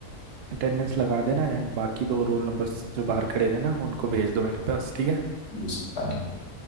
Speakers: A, on the right (about 60°); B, on the left (about 55°).
A: अटेंडेंस लगा देना एंड बाकी दो रोल नंबर्स जो बाहर खड़े हैं ना उनको भेज दो मेरे पास ठीक है
B: जी सर, धन्यवाद